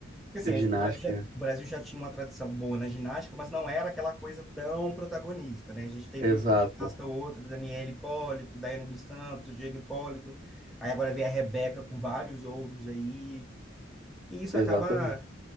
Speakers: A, in the centre; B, on the right.
A: Porque assim,
B: Teve ginástica.
A: a- o Brasil já, o Brasil já tinha uma tradição boa na ginástica, mas não era aquela coisa tão protagonista, né? A gente teve
B: Exato,
A: um ginasta ou outro, Daniel Hipólito, Daiane dos Santos, Diego Hipólito, aí agora vem a Rebeca com vários ouros aí, e isso
B: exatamente.
A: acaba